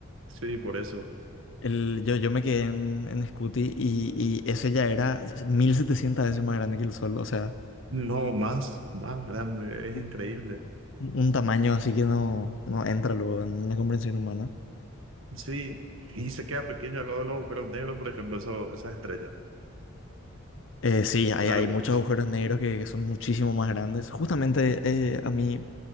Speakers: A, on the right (about 70°); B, on the left (about 60°).
A: Sí, por eso.
B: El, yo, yo me quedé en, en Scuti y, y ese ya era 1700 veces más grande que el Sol, o sea,
A: No, más, más grande, es
B: u-
A: increíble.
B: un tamaño así que no, no entra luego en la comprensión humana.
A: Sí, y se queda pequeño al lado de los agujeros negros, por ejemplo, eso, esas estrellas.
B: Eh, sí, hay,
A: Son
B: hay
A: algunos,
B: muchos agujeros negros que, que son muchísimo más grandes. Justamente eh, a mí,